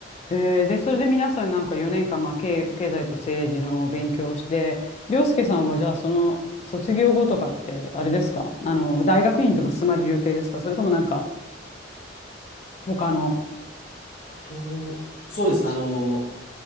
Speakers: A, on the left; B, on the left.
A: へえ、で、それで皆さんなんか4年間、まあ、経、経済と政治の勉強をして、涼介さんはじゃあその卒業後とかって、あれですかあの、大学院とか進まれる予定ですかそれともなんか、他の。
B: と、そうですね。あの、